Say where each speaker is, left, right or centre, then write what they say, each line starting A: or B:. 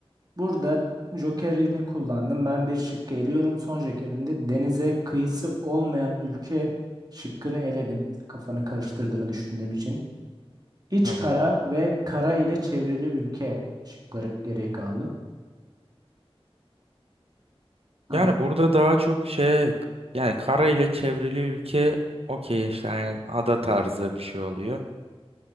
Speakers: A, on the right; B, on the right.
A: Burada jokerini kullandım. Ben bir şık eliyorum. Son jokerinde denize kıyısı olmayan ülke şıkkını eledim. Kafanı karıştırdığını düşündüğüm için. İç
B: Tamam.
A: kara ve kara ile çevrili ülke şıkları geriye kaldı. Aynen.
B: Yani burada daha çok şey yani kara ile çevrili ülke okey işte yani ada tarzı bir şey oluyor.